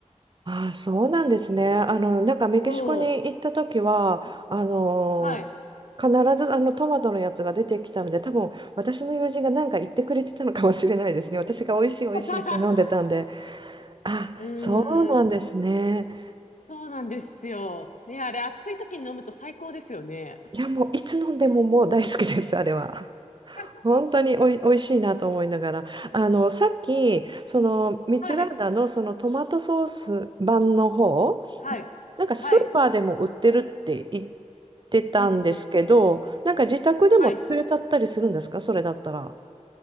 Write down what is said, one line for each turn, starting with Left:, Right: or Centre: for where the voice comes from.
Right: あ、そうなんですね。
Left: なんかね、
Right: あの、なんかメキシコに行った時は、
Left: そう、
Right: あの、
Left: はい。
Right: 必ずあのトマトのやつが出てきたので、多分私の友人が何か言ってくれてたのかもしれないですね。私が美味しい美味しいって飲んでたんで。
Left: <laughs>
Right: あ、
Left: うーん、
Right: そうなんですね。
Left: そそうなんですよ。ね、あれ、暑い時に飲むと最高ですよね。
Right: いや、もういつ飲んでももう大好きです、あれは。
Left: <laughs>
Right: 本当におい、おいしいなと思いながら。あの、さっき、その、ミチュラーダのそのトマトソース版の方、
Left: はい、はい、
Right: なんかスーパーでも売ってるって言っ
Left: はい、
Right: てたんですけど、
Left: うん、うん、
Right: なんか自宅でも作れちゃったりするんですかそれだったら。
Left: はい。